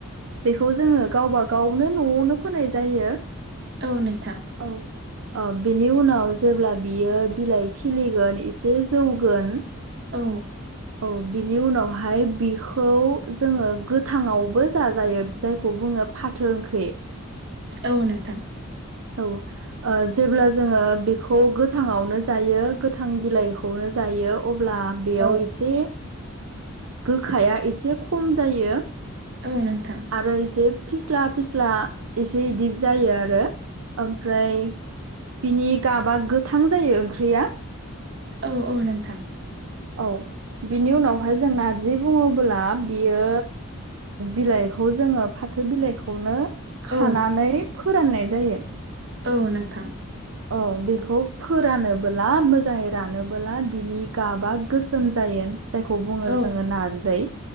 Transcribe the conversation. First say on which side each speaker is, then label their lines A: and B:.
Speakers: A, on the right; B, on the right.
A: बेखौ जोङो गावबा गावनो न'आवनो फोनाय जायो।
B: औ नोंथां।
A: औ औ बिनि उनाव जेब्ला बियो बिलाइ खिलिगोन एसे जौ गोन
B: औ।
A: औ बिनि उनावहाय बिखौ जोङो गोथाङावबो जाजायो जायखौ बुङो फाथो ओंख्रि
B: औ नोंथां।
A: औ। जेब्ला जोङो बेखौ गोथाङावनो जायो गोथां बिलाइखौनो जायो अब्ला बेयाव
B: औ
A: एसे गोखाया एसे खम जायो।
B: औ नोंथां।
A: आरो इसे फिस्ला फिस्ला इसे इदि जायो आरो। ओमफ्राय बिनि गाबा गोथां जायो ओंख्रिया
B: औ औ नोंथां।
A: औ बिनि उनावहाय जों नारजि बुङोबोला बियो बिलाइखौ जोङो फाथो बिलाइखौनो खानानै
B: औ
A: फोराननाय जायो
B: औ नोंथां।
A: अ बेखौ फोरानबोला मोजाङै रानबोला बिनि गाबा गोसोम जायो। जायखौ बुङो
B: औ
A: जोङो नारजि